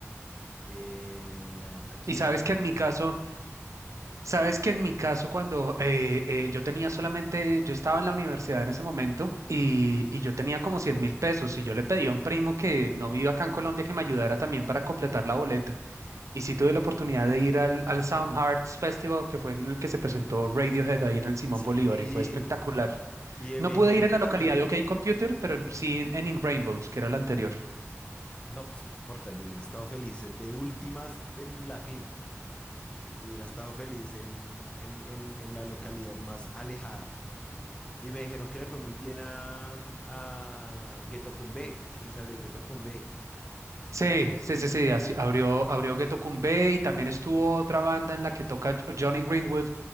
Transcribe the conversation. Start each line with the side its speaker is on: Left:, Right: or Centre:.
Left: Eh, ¿a quién
Right: Y sabes
Left: más?
Right: que en mi caso, sabes que en mi caso, cuando eh, eh, yo tenía solamente, yo estaba en la universidad en ese momento y, y yo tenía como cien mil pesos y yo le pedí a un primo que no vive acá en Colombia que me ayudara también para completar la boleta. Y sí tuve la oportunidad de ir al, al Sound Hearts Festival, que fue en el que se presentó Radiohead ahí en el Simón
Left: Sí,
Right: Bolívar y fue espectacular.
Left: Y
Right: No
Left: me dijeron
Right: pude ir en
Left: que
Right: la
Left: también
Right: localidad
Left: le...
Right: de OK Computer, pero en- sí en, en In Rainbows, que era la anterior.
Left: No, pues no importa, yo hubiera estado feliz de últimas en la fila. Hubiera estado feliz en, en, en, en la localidad más alejada. Y me dijeron que le fue muy bien a, a Getocumbé, que les abrió Getocumbé.
Right: Sí, sí, sí, sí, así- abrió, abrió Ghetto Kumbé y también estuvo otra banda en la que toca Jo- Johnny Greenwood,